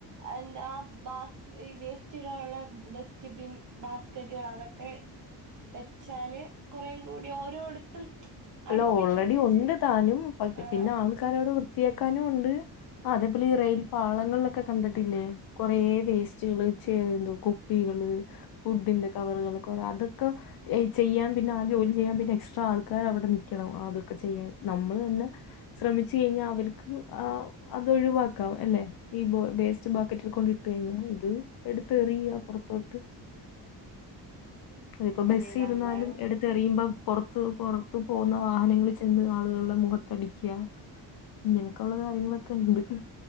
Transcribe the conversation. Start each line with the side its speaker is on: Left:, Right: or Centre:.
Right: എന്താ ബാസ് വേസ്റ്റിടാനുള്ള ഡസ്റ്റ്ബിൻ ബാസ്കറ്റുകൾ അതൊക്കെ വെച്ചാല് കെറെയും കൂടി ഓരോടത്തും
Left: അല്ല
Right: അടുപ്പിച്ചടുപ്പിച്ച്
Left: ഓൾറെഡി ഉണ്ട് താനും.
Right: ആ
Left: പിന്നെ ആൾക്കാരോട് വൃത്തിയാക്കാനും ഉണ്ട്. ആ അതേപോലെ ഈ റെയിൽ പാളങ്ങളിലൊക്കെ കണ്ടിട്ടില്ലേ. കൊറേ വേസ്റ്റുകള് ച്ച് എന്തോ കുപ്പി കള് ഫുഡിൻ്റെ കവറുകള് കൊറേ അതൊക്കെ ചെയ്യാൻ പിന്നെ ആ ജോലി ചെയ്യാൻ പിന്നെ എസ്ട്രാ ആൾക്കാ ർ അവിടെ നിക്കണം. അതൊക്കെ ചെയ്യാൻ. നമ്മൾ തന്നെ ശ്രമിച്ചു കഴിഞ്ഞാ അവർക്ക് ആ അതു ഒഴിവാക്കാം അല്ലെ ഈ വേസ്റ്റ് ബാസ്ക്കറ്റിൽ കൊണ്ടിട്ട് കഴിഞ്ഞാ. ഇത് എടുത്തെറിയാ പുറത്തോട്ട് അതിപ്പോ ബസ്
Right: അതെ നമ്മൾ
Left: ഇരുന്നാലും എടുത്ത് എറിയുമ്പോ പുറത്ത് പുറത്ത് തു പോന്ന വാഹനങ്ങളിൽ ചെന്ന് ആളുകളുടെ മുഖത്തടിക്ക ഇങ്ങനൊക്കെ ഉള്ള കാര്യങ്ങളൊക്കെ ഉണ്ട്